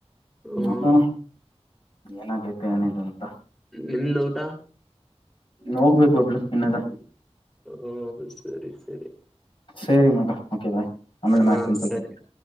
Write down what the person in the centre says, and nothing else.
ಹ್ಮ
ನಿನ್ನ ಊಟಾ
ಹ್ಮ ಸರಿ ಸರಿ.
ಹಾ
ಸರಿ